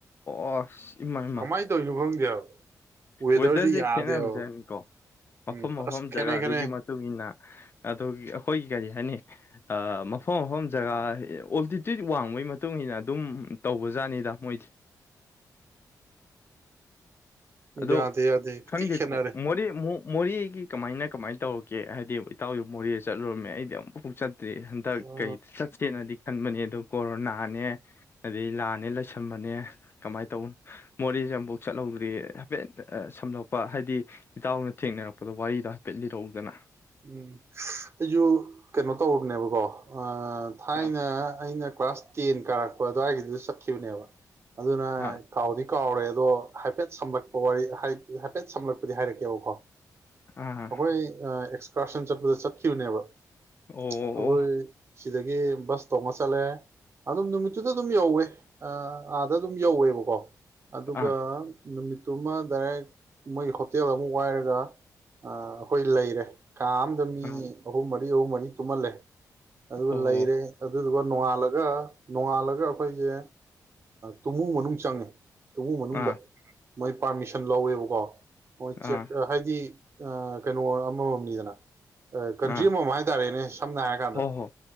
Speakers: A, on the left; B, on the right.
A: ꯑꯣ ꯏꯃꯥ ꯏꯃꯥ
B: ꯀꯃꯥꯏꯅ ꯇꯧꯔꯤꯅꯣ <inaudible> ꯋꯦꯗꯔꯁꯤ
A: ꯋꯦꯗꯔꯁꯦ
B: ꯌꯥꯗꯦꯕ
A: ꯈꯦꯠꯅꯕꯖꯥꯠꯅꯤꯀꯣ ꯃꯐꯝ
B: ꯎꯝ
A: ꯃꯐꯝ
B: ꯑꯁ ꯈꯦꯠꯅꯩ
A: ꯖꯒꯥꯗꯨꯒꯤ
B: ꯈꯦꯠꯅꯩ
A: ꯃꯇꯨꯡ ꯃꯇꯨꯡꯏꯟꯅ ꯑꯗꯨ ꯑꯩꯈꯣꯏꯒꯤ ꯀꯔꯤ ꯍꯥꯏꯅꯤ ꯃꯐꯝ ꯃꯐꯝ ꯖꯒꯥ ꯑꯣꯞꯗꯤꯇꯤ ꯋꯥꯡꯕꯒꯤ ꯃꯇꯨꯡ ꯏꯟꯅ ꯑꯗꯨꯝ ꯇꯧꯕꯖꯥꯠꯅꯤꯗ ꯃꯣꯏꯁꯤ ꯑꯗꯣ
B: ꯌꯥꯗꯦ ꯌꯥꯗꯦ
A: ꯈꯪꯗꯦꯀꯣ
B: ꯊꯤ ꯈꯦꯠꯅꯔꯦ
A: ꯃꯣꯔꯦ ꯃꯣꯔꯦꯒꯤ ꯀꯃꯥꯏꯅ ꯀꯃꯥꯏꯅ ꯇꯧ ꯒꯦ ꯍꯥꯏꯗꯤ ꯏꯇꯥꯎꯒꯤ ꯃꯣꯔꯦ ꯆꯠꯂꯨꯔꯃꯦ ꯑꯩꯗꯤ ꯑꯃꯨꯛꯐꯨ ꯆꯠ ꯗꯤ ꯍꯟꯗꯛ
B: ꯑ
A: ꯀꯩ ꯆꯠꯁꯦꯅꯗꯤ ꯈꯟꯕꯅꯤ ꯑꯗꯨꯝ ꯀꯣꯔꯣꯅꯥꯅꯦ ꯑꯗꯩ ꯂꯥꯟꯅꯦ ꯂꯩꯁꯤꯟꯕꯅꯦ ꯀꯃꯥꯏꯅ ꯇꯧꯅꯣ ꯃꯣꯔꯦꯁꯦ ꯑꯃꯨꯐꯥꯎ ꯆꯠꯍꯧꯗ꯭ꯔꯤ ꯍꯥꯏꯐꯦꯠ ꯁꯝꯂꯞꯄ ꯍꯥꯏꯗꯤ ꯏꯇꯥꯎꯅ ꯊꯦꯡꯅꯔꯛꯄꯗꯣ ꯋꯥꯔꯤꯗꯣ ꯍꯥꯏꯐꯦꯠ ꯂꯤꯔꯛꯎꯗꯅ
B: ꯎꯝ ꯑꯩꯁꯨ ꯀꯩꯅꯣ ꯇꯧꯅꯦꯕꯀꯣ ꯑꯥ ꯊꯥꯏꯅ
A: ꯑꯥ
B: ꯑꯩꯅ ꯀ꯭ꯂꯥꯁ ꯇꯦꯟ ꯀꯥꯔꯛꯄ ꯑꯗꯨꯋꯥꯏꯒꯤꯗꯨ ꯆꯠꯈꯤꯕꯅꯦꯕ ꯑꯗꯨꯅ
A: ꯑꯥ
B: ꯀꯥꯎꯗꯤ ꯀꯥꯎꯔꯦ ꯑꯗꯣ ꯍꯥꯏꯐꯦꯠ ꯁꯝꯂꯛꯄ ꯋꯥꯔꯤ ꯍꯥꯏꯐꯦꯠ ꯁꯝꯂꯛꯄꯗꯤ ꯍꯥꯏꯔꯛꯀꯦꯕꯀꯣ
A: ꯑꯥ
B: ꯑꯩꯈꯣꯏ ꯑ ꯀꯁꯟ ꯆꯠꯄꯗ ꯆꯠꯈꯤꯕꯅꯦꯕ
A: ꯑꯣ
B: ꯑꯩꯈꯣꯏ ꯁꯤꯗꯒꯤ ꯕꯁ ꯇꯣꯡꯉ ꯆꯠꯂꯦ ꯑꯗꯨꯝ ꯅꯨꯃꯤꯠꯇꯨꯗ ꯑꯗꯨꯝ ꯌꯧꯋꯦ ꯑꯥꯗ ꯑꯗꯨꯝ ꯌꯧꯋꯦꯕꯀꯣ ꯑꯗꯨꯒ
A: ꯑꯥ
B: ꯅꯨꯃꯤꯠꯇꯨꯃ ꯗꯥꯏꯔꯦꯛ ꯃꯣꯏꯒꯤ ꯍꯣꯇꯦꯜ ꯑꯃꯨꯛ ꯋꯥꯏꯔꯒ ꯑꯩꯈꯣꯏ ꯂꯩꯔꯦ ꯀꯥ ꯑꯃꯗ ꯃꯤ
A: ꯑꯥ
B: ꯑꯍꯨꯝ ꯃ ꯃꯤ ꯑꯍꯨꯝ ꯃꫪꯤ ꯇꯨꯝꯃꯜꯂꯦ ꯑꯗꯨ
A: ꯑꯣ
B: ꯂꯩꯔꯦ ꯑꯗꯨ ꯑꯗꯨꯒ ꯅꯣꯡꯉꯥꯜꯂꯒ ꯅꯣꯡꯉꯥꯜꯂꯒ ꯑꯩꯈꯣꯏꯁꯦ ꯇꯨꯃꯨ ꯃꯅꯨꯡ ꯆꯪꯉꯦ ꯇꯨꯃꯨꯡ ꯃꯅꯨꯡꯗ
A: ꯑꯥ
B: ꯃꯣꯏ ꯄꯥꯔꯃꯤꯁꯟ ꯂꯧꯋꯦꯕꯀꯣ ꯃꯣꯏ
A: ꯑꯥ
B: ꯆꯦꯛ ꯍꯥꯏꯗꯤ ꯑ ꯀꯩꯅꯣ ꯑꯃꯃꯝꯅꯤꯗꯅ <unintelligible> ꯀꯟꯇ꯭ꯔꯤ
A: ꯑꯥ
B: ꯑꯃꯃꯝ ꯍꯥꯏꯇꯥꯔꯦꯅꯦ ꯁꯝꯅ ꯍꯥꯏꯔꯀꯥꯟꯗ
A: ꯍꯣ ꯍꯣ